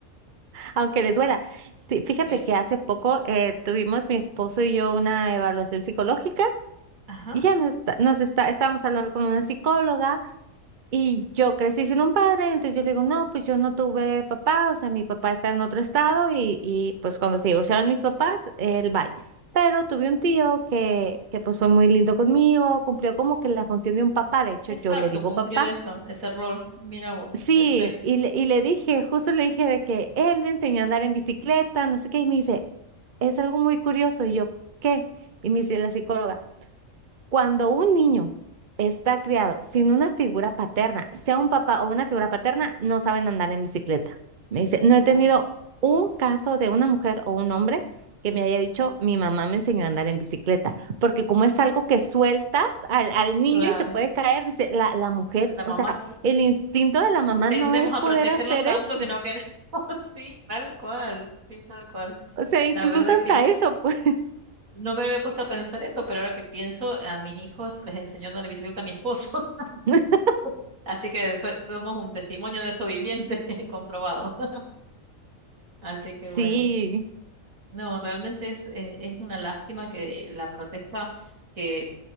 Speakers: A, on the right (about 45°); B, on the right (about 80°).
A: Aunque les duela. Sí, fíjate
B: Sí.
A: que hace poco eh, tuvimos mi esposo y yo una evaluación psicológica
B: Ajá,
A: y ya nos está, nos está, estábamos hablando con una psicóloga y yo crecí sin un padre, entonces yo le digo, no, pues yo no tuve papá, o sea, mi papá está en otro estado y, y pues cuando se divorciaron mis papás, él va. Pero tuve un tío que, que pues fue muy lindo conmigo, cumplió como que la función de un papá, de hecho
B: exacto,
A: yo le digo
B: cumplió
A: papá.
B: eso, ese rol. Mira vos,
A: Sí,
B: perfecto.
A: y le, y le dije, justo le dije de que él me enseñó a andar en bicicleta, no sé qué, y me dice, es algo muy curioso, y yo, ¿qué? Y me dice la psicóloga. Cuando un niño está criado sin una figura paterna, sea un papá o una figura paterna, no saben andar en bicicleta. Me dice,
B: Mira
A: no he tenido
B: vos.
A: un caso de una mujer o un hombre que me haya dicho, mi mamá me enseñó a andar en bicicleta, porque como es algo que sueltas al, al niño
B: Claro.
A: y se puede caer, dice, la, la mujer,
B: La mamá
A: o sea, el instinto de la mamá
B: tendemos
A: no es
B: a
A: poder
B: protegerlos
A: hacer
B: tanto
A: eso.
B: que no queremos. <laughs> Sí, tal cual, sí, tal cual.
A: O sea, incluso
B: La verdad
A: hasta
B: que
A: eso, pues,
B: no me había puesto a pensar eso, pero ahora que pienso, a mis hijos les enseñó a andar en bicicleta a mi esposo,
A: <laughs>
B: <laughs> así que so- somos un testimonio de eso viviente, <laughs> comprobado. <laughs> Así que
A: sí.
B: bueno. No, realmente es, eh, es una lástima que la protesta, que,